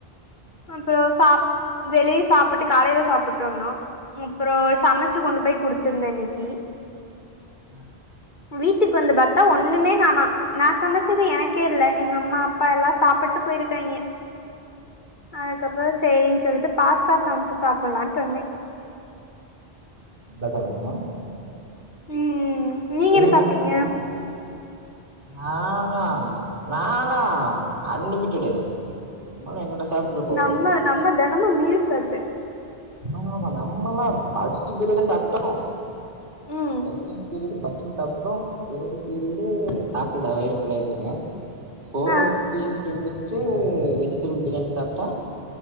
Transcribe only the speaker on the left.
அப்புறோ சாப் வெளியே சாப்புட்டு காலையில சாப்புட்டு வந்தோ அப்புறோ சமச்சு கொண்டுப் போய் குடுத்துருந்த இன்னிக்கு
வீட்டுக்கு வந்து பாத்தா ஒண்ணுமே காணு நா சமச்சது எனக்கே இல்ல எங்க அம்மா அப்பா எல்லா சாப்புட்டு போயிருக்காங்கே அதுக்கப்புற செரின் சொல்ட் ஃபாஸ்ட்டா சமைச்சு சாப்ல்லட்டு வந்தே
ம் நீங்க
என்ன சாப்ட்டீங்க
நம்ம நம்ம தெனமும் மீல்ஸ் ஆச்சே
ம்
ஆ